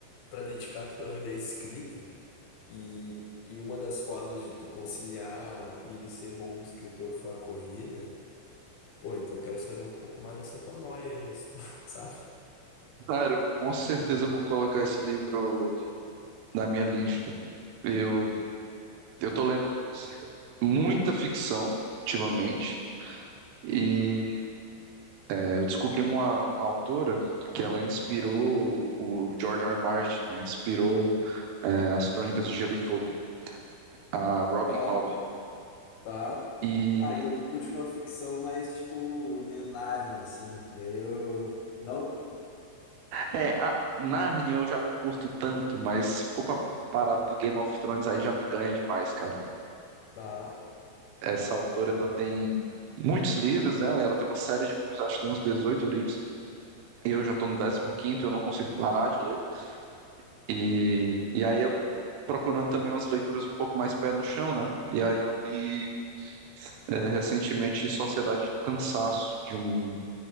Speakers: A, on the left; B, on the right.
A: pra dedicar a tua vida à escrita. E, e uma das formas de tu conciliar e ser bom escritor foi a corrida. Pô, então eu quero saber um pouco mais dessa tua noia aí, dessa tua, <laughs> sabe?
B: cara, eu com certeza vou colocar esse livro na minha lista. Eu, eu tô lendo muita ficção ultimamente e é, eu descobri uma, uma autora que ela inspirou o George R. R. Martin, né? Inspirou é, as Crônicas de Gelo e Fogo, a Robin
A: Tá,
B: Hobb.
A: tá.
B: E
A: Ah, então tu curte uma ficção mais, tipo, meio Nárnia, assim, meio... Não?
B: É, a Narnia eu já não curto tanto, mas se for pra parada do Game of Thrones, aí já me ganha demais, cara.
A: Tá,
B: Essa autora, ela tem muitos livros, né? Ela tem uma série de livros, acho que tem uns 18 livros, e eu já tô no décimo quinto, eu não consigo parar de ler. E, e aí eu procurando também umas leituras um pouco mais pé no chão, né? E aí eu li é, recentemente Sociedade de Cansaço, de um,